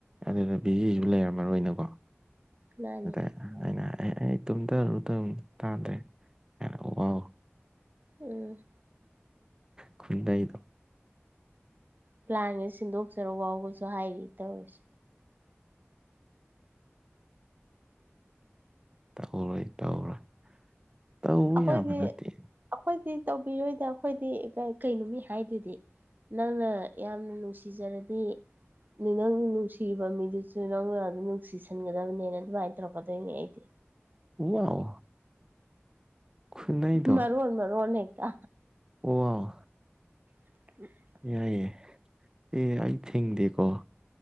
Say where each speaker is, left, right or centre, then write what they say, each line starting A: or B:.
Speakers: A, on the right; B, on the right.
A: ꯑꯗꯨꯗ ꯕꯤꯖꯤꯁꯨ ꯂꯩꯔꯝꯃꯔꯣꯏꯅꯀꯣ
B: ꯃꯥꯅꯤ
A: ꯑꯗ ꯑꯩꯅ ꯑꯦ ꯑꯩ ꯇꯨꯝꯊꯔꯨ ꯇꯧꯔꯤꯟ ꯇꯥꯗ꯭ꯔꯦ ꯋꯥꯎ
B: ꯎꯝ
A: ꯈꯨꯟꯅꯩꯗꯣ
B: ꯄ꯭ꯂꯥꯏꯅ ꯁꯤꯟꯗꯣꯛꯆꯔꯨ ꯋꯥꯎꯒꯁꯨ ꯍꯥꯏꯔꯤ ꯇꯧꯔꯤꯁꯦ
A: ꯇꯧꯔꯣꯏ ꯇꯧꯔꯣꯏ ꯇꯧꯕ
B: ꯑꯩꯈꯣꯏꯗꯤ
A: ꯌꯥꯕ ꯅꯠꯇꯦ
B: ꯑꯩꯈꯣꯏꯗꯤ ꯇꯧꯕꯤꯔꯣꯏꯗ ꯑꯩꯈꯣꯏꯗꯤ ꯀꯩ ꯀꯩꯅꯣ ꯃꯤ ꯍꯥꯏꯗꯨꯗꯤ ꯅꯪꯅ ꯌꯥꯝꯅ ꯅꯨꯡꯁꯤꯖꯔꯗꯤ ꯑꯗꯨ ꯅꯪꯅ ꯅꯨꯡꯁꯤꯔꯤꯕ ꯃꯤꯗꯨꯁꯨ ꯅꯪꯅ ꯑꯗꯨꯝ ꯅꯨꯡꯁꯤꯁꯟꯒꯗꯕꯅꯤꯅ ꯑꯗꯨꯃꯥꯏꯅ ꯇꯧꯔꯛꯀꯗꯣꯏꯅꯦ ꯑꯩꯗꯤ
A: ꯋꯥꯎ ꯈꯨꯟꯅꯩꯗꯣ
B: ꯃꯔ‌ꯣꯟ ꯃꯔ‌ꯣꯟ ꯍ‌ꯦꯛꯇ
A: ꯑꯣ
B: <unintelligible>
A: ꯌꯥꯏꯌꯦ ꯑꯦ ꯑꯩ ꯊꯤꯡꯗꯦꯀꯣ